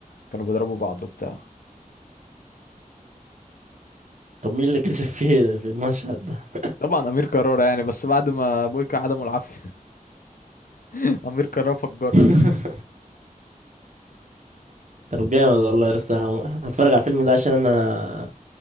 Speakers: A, on the left; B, on the right.
A: كانوا بيضربوا بعض وبتاع
B: طب مين اللي كسب فيه ده في المشهد ده
A: طبعا امير كرارة يعني بس بعد ما بويكا عدمه العافيه <laughs> امير كرارة فجره
B: <laughs> طب جامد والله يا اسطى أنا هتفرج على الفيلم ده عشان انا